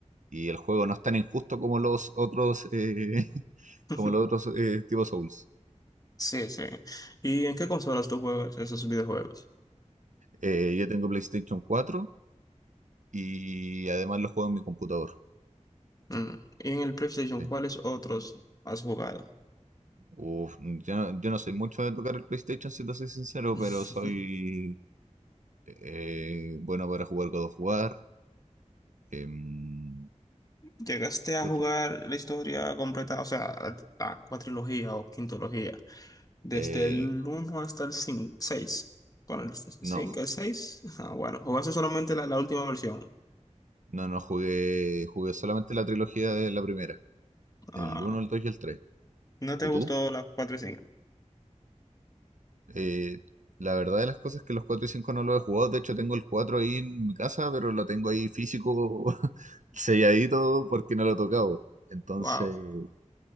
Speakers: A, on the right; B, on the left.
A: y el juego no es tan injusto como los otros, eh, <laughs>
B: <laughs>
A: como los otros eh, tipo Souls.
B: Sí, sí. ¿Y en qué consolas tú juegas esos videojuegos?
A: Eh, yo tengo PlayStation cuatro Y además lo juego en mi computador.
B: Mm. ¿Y en el PlayStation,
A: Sí.
B: cuáles otros has jugado?
A: Uf, yo no, yo no soy mucho de tocar el PlayStation, si te soy sincero,
B: <laughs>
A: pero soy eh, bueno para jugar God of War. em,
B: ¿Llegaste a
A: ¿qué
B: jugar
A: otro?
B: la historia completa, o sea, la, la cuatrilogía o quintología, desde
A: Eh,
B: el uno hasta el cinco, seis. Bueno, el 5,
A: no,
B: el 6. <laughs> Ah, bueno, jugaste solamente la, la última versión.
A: no, no jugué, jugué solamente la trilogía de la primera,
B: Ah,
A: el uno el 2 y el tres
B: ¿no te
A: ¿Y
B: gustó
A: tú?
B: la 4 y cinco.
A: Eh, la verdad de las cosas es que los 4 y 5 no los he jugado, de hecho tengo el 4 ahí en mi casa, pero lo tengo ahí físico, <laughs> selladito, porque no lo he tocado. Entonces...
B: Wow.